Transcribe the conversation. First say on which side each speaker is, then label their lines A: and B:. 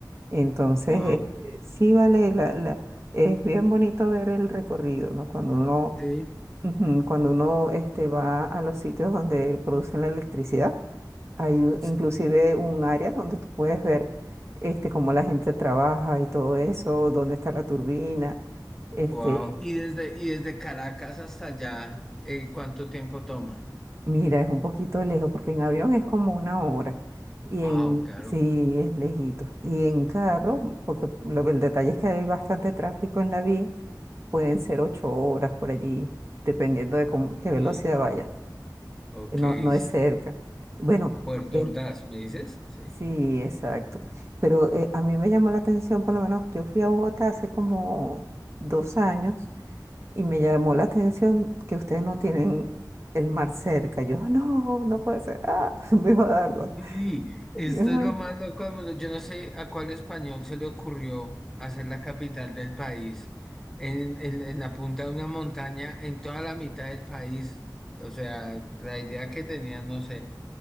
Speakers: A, on the right; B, in the centre.
A: Entonces,
B: wow.
A: este, sí vale, la, la- es bien bonito ver el recorrido, ¿no? Cuando uno,
B: Sí,
A: ujú, cuando uno este, va a los sitios donde producen la electricidad, hay u-
B: sí.
A: inclusive un área donde tú puedes ver este, cómo la gente trabaja y todo eso, dónde está la turbina. Este,
B: Wow. Y desde, y desde Caracas hasta allá, eh, ¿cuánto tiempo toma?
A: mira, es un poquito lejos porque en avión es como una hora. Y
B: Wow,
A: en,
B: claro.
A: sí, es lejito. Y en carro, porque lo- el detalle es que hay bastante tráfico en la vía. pueden ser ocho horas por allí, dependiendo de cómo- qué velocidad
B: Sí,
A: vaya.
B: ok,
A: Eh, No, no
B: sí.
A: es cerca. Bueno,
B: Puerto
A: eh,
B: Ordaz, ¿me dices? Sí.
A: sí, exacto.
B: Ok.
A: Pero eh, a mí me llamó la atención, por lo menos yo fui a Bogotá hace como dos años y me llamó la atención que ustedes no tienen el mar cerca. Yo, "Ah, no, no puede ser. Ah, <laughs> me va a dar algo.
B: Sí, esto
A: <laughs>
B: es lo más loco del mundo. Yo no sé a cuál español se le ocurrió hacer la capital del país en, en- en la punta de una montaña, en toda la mitad del país. O sea, la idea que tenía, no sé.